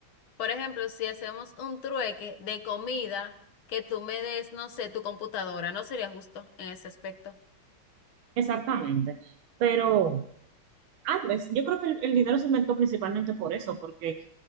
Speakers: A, on the left; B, on the right.
A: Por ejemplo, si hacemos un trueque de comida que tú me des, no sé, tu computadora, no sería justo en ese aspecto.
B: <laughs> exactamente, pero antes, yo creo que el, el dinero se inventó principalmente por eso, porque